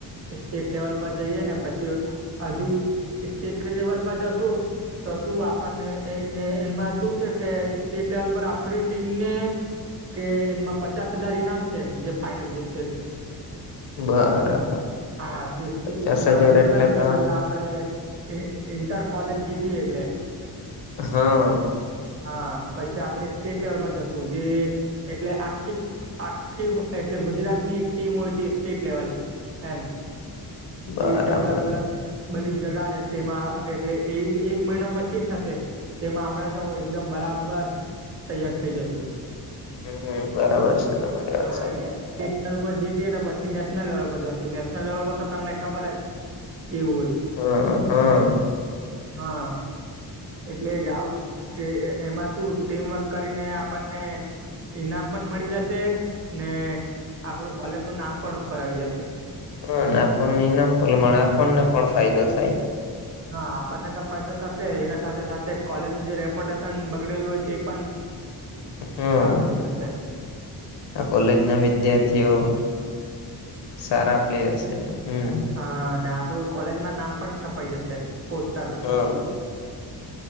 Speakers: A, on the right; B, on the left.
A: સ્ટેટ લેવલ પર જઈએ ને પછી હજુ <unintelligible> પર જશું તો શું આપણને એને એનમાં શું છે કે સ્ટેટ <unintelligible> પર આપણી ટીમને કે એનમાં પચાસ હજાર ઈનામ છે જે ફાઈનલ જીતશે તે
B: બરાબર
A: હા તીસ્તી
B: પચાસ
A: મારો
B: હજાર
A: વિચાર
B: એટલે
A: છે
B: તો
A: કે પેલા આપ <unintelligible> ઇ ઇન્ટર કોલેજ જીકી એટલે
B: હ
A: હા પછી આપડે સ્ટેટ લેવલ પર જશું જે એટલે આખી આખીવ એટલે ગુજરાતની એક ટીમ હોય તે સ્ટેટ લેવલ એમ
B: બરાબર
A: તે રીતે અલગ અલગ બધી જગાને તેમાં એટલે એ એક મહિનો પછી થશે તેમાં આપડે તો એકદમ બરાબર તૈયાર થઈ જશું.
B: હમ્મ બરાબર છે તમારી વાત
A: હા
B: સાચ
A: એટલે સ્ટેટ લેવલ પર જીતીએ તો પછી નેશનલ લેવલ પર જશું નેશનલ લેવલ પર તો તમને ખબર જ કેવું હોય
B: હા-હા
A: હા એટલે જ આવ કે એમાં શું ટીમવર્ક કરીને આપણને ઈનામ પણ મળી જશે ને આપણું કોલેજનું નામ પણ ઉપર આવી જશે
B: હ નાપણને ઈનામ પણ મળે આપણને પણ ફાયદા થાય.
A: હા આપણને તો ફાયદો થશે એના સાથે સાથે કોલેજનું જે રેપોટેશન બગડેલું હોય તે પન
B: હમ
A: સારું થઈ જાશે.
B: આ કોલેજના વિદ્યાર્થીઓ સારા પ્લેયર સે હમ્મ
A: હા ને આપડું કોલેજમાં નામ પણ છપાય જશે <unintelligible>
B: હ